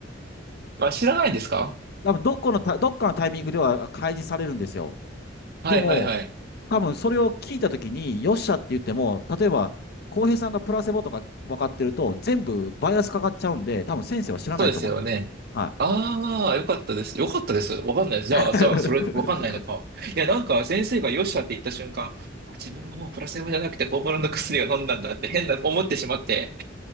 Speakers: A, on the right (about 55°); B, on the left (about 55°).
A: <laughs> あ、知らないですか
B: 多分、どっかのタ、どっかのタイミングでは開示されるんですよ。
A: はいはいはい。
B: でも、多分それを聞いたときに、よっしゃって言っても、例えば、浩平さんがプラセボとか分かってると、全部バイアスかかっちゃうんで、多分先生は知らないと思います。
A: そうですよね。
B: はい。
A: ああ、よかったです。よかったです。わかんないです。じゃあ、
B: <laughs>
A: じゃあ、それ、わかんないのか。いや、なんか、先生がよっしゃって言った瞬間、あ、自分がもうプラセボじゃなくて、本物の薬を飲んだんだって変な思ってしまって、